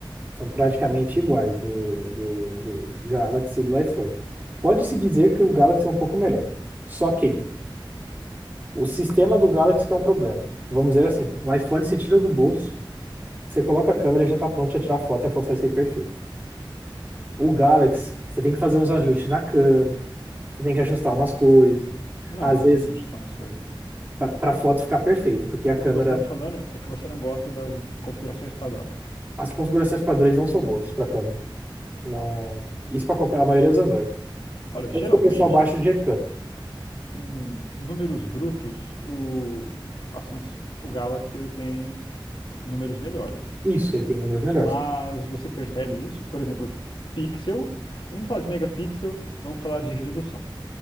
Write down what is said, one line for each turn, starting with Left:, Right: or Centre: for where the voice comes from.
Right: são praticamente iguais do, do, do Galaxy e do iPhone. Pode-se dizer que o Galaxy é um pouco melhor. Só que o sistema do Galaxy que é um problema. Vamos dizer assim, o iPhone você tira do bolso, você coloca a câmera e já está pronto para tirar a foto e a foto vai sair perfeita. O Galaxy, você tem que fazer uns ajustes na câmera, você tem que ajustar umas coisas.
Left: Não,
Right: Às
Left: mas
Right: vezes,
Left: como assim eu chutar umas coisas?
Right: para a foto ficar perfeita, porque a câmera
Left: O que você tá me falando é que você não gosta das configurações padrão.
Right: As configurações padrões não são boas para câmera. Não, isso para qualquer, a maioria dos Android.
Left: Olha,
Right: Tanto
Left: geralmente,
Right: que o pessoal baixa de Recan.
Left: em números brutos, o, a Samsung- o Galaxy ele tem números melhores.
Right: Isso, ele tem números melhores.
Left: Mas você percebe isso? Por exemplo, pixel. Vamos falar de megapixel, vamos falar de resolução.